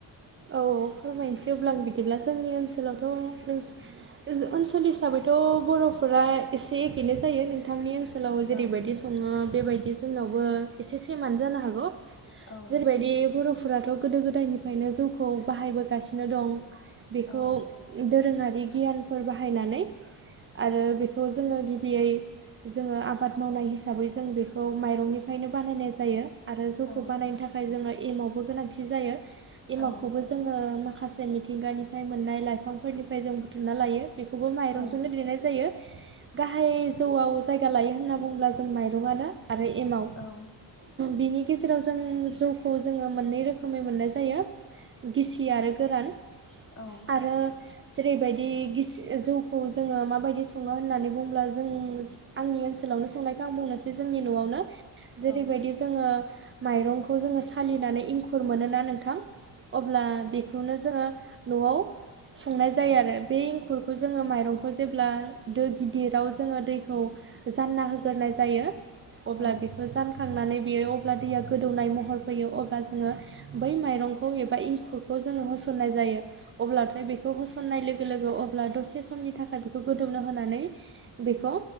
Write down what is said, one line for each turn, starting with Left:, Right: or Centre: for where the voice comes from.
Right: औ फोरमायनोसै अब्ला आं बिदिब्ला जोंनि ओनसोलावथ' नों ओनसोल हिसाबैथ' बर'फोरा एसे एखेनो जायो नोंथांनि ओन सोलाव जेरैबायदि
Left: औ
Right: सङो बेबायदि जोंनावबो एसे सेमानो जानो हागौ।
Left: औ
Right: जेरैबायदि बर'फोराथ' गोदो गोदायनिफ्रायनो जौखौ बाहायबोगासिनो दं। बेखौ
Left: औ
Right: दोरोङारि गियानफोर बाहायनानै आरो बेखौ जोंङो गिबियै जोंङो आबाद मावनाय हिसाबै जों बेखौ माइरंनिफ्रायनो बानायनाय जायो। आरो जौखौ
Left: औ
Right: बानायनो थाखाय जोंङो एमावबो गोनांथि जायो एमावखौबो
Left: औ
Right: जोंङो माखासे मिथिंगानिफ्राय मोननाय लाइफांफोरनिफ्राय जों बुथुमना लायो। बेखौबो माइरंजोंनो
Left: औ
Right: देनाय जायो। गाहाय जौआव जायगा लायो होनना बुङोब्ला जों माइरंआनो आरो एमाव।
Left: औ
Right: बिनि गेजेराव जों जौखौ जोंङो मोननै रोखोमै मोननाय जायो। गिसि आरो गोरान
Left: औ
Right: आरो जेरैबायदि गिसि जौखौ जोंङो माबायदि सङो होननानै बुङोब्ला जों आंनि ओनसोलावनो संनायखौ आं बुंनोसै जोंनि न'आवनो जेरैबायदि
Left: औ
Right: जोंङो मायरंखौ जोंङो सालिनानै इंखुर मोनोना नोंथां अब्ला बे खौनो जोंङो न'आव संनाय जायो आरो बे एंखुरखौ जोंङो माइरंखौ जेब्ला दो गिदिराव जोंङो दैखौ जानना होग्रोनाय जायो अब्ला
Left: औ
Right: बेखौ जान खांनानै बेयो अब्ला दैया गोदौनाय महर फैयो अब्ला जोंङो बै माइरंखौ एबा इंखुर खौ जोंङो होसननाय जायो अब्लाथाय बे खौ होसननाय लोगो लोगो अब्ला दसे समनि थाखाय बेखौ गोदौनो होनानै बेखौ